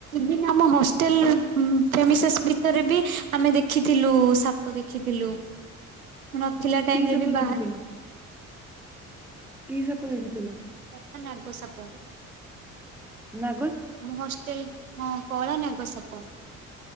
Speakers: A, on the right; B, in the centre.
A: ଭିନ୍ ଆମ ହଷ୍ଟେଲ ଫେମିସସ୍ ଭିତରେ ବି ଆମେ ଦେଖ୍ ଖିଥିଲୁ ସାପ ଦେଖିଥିଲୁ ନଥିଲା ଟାଇମରେ
B: କି ସେପ
A: ବି
B: ଦେଖିଥିଲ?
A: ବାହାରି
B: କି ସାପ ଦେଖିଥିଲ?
A: କଳା ନାଗ ସାପ
B: ନା।
A: ହଷ୍ଟେଲ ହଁ କଳା ନାଗ ସା <unintelligible>